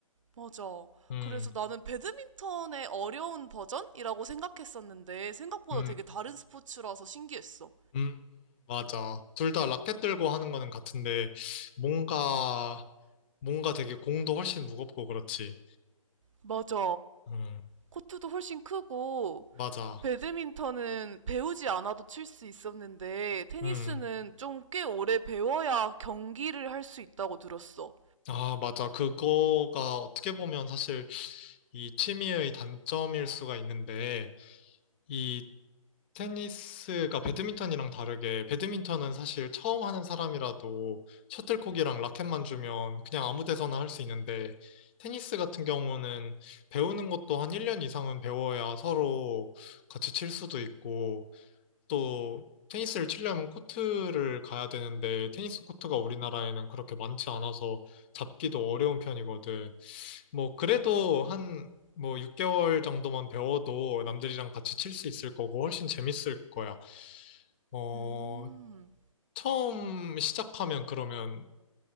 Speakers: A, on the right; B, on the left.
A: 맞아.
B: 음,
A: 그래서 나는 배드민턴의 어려운 버전이라고 생각했었는데, 생각보다
B: 음,
A: 되게 다른 스포츠라서 신기했어.
B: 음, 맞아. 둘 다 라켓 들고 하는 거는 같은데 뭔가 뭔가 되게 공도 훨씬 무겁고 그렇지.
A: 맞아.
B: 음,
A: 코트도 훨씬 크고,
B: 맞아.
A: 배드민턴은 배우지 않아도 칠 수 있었는데, 테니스는
B: 음,
A: 좀 꽤 오래 배워야 경기를 할 수 있다고 들었어.
B: 아, 맞아. 그거가 어떻게 보면 사실 이 취미의 단점일 수가 있는데, 이 테니스가 배드민턴이랑 다르게, 배드민턴은 사실 처음 하는 사람이라도 셔틀콕이랑 라켓만 주면 그냥 아무 데서나 할 수 있는데, 테니스 같은 경우는 배우는 것도 한 1년 이상은 배워야 서로 같이 칠 수도 있고, 또 테니스를 치려면 코트를 가야 되는데 테니스 코트가 우리나라에는 그렇게 많지 않아서 잡기도 어려운 편이거든. 뭐 그래도
A: 음.
B: 한 뭐 6개월 정도만 배워도 남들이랑 같이 칠 수 있을 거고 훨씬 재밌을 거야. 어,
A: 음,
B: 처음 시작하면 그러면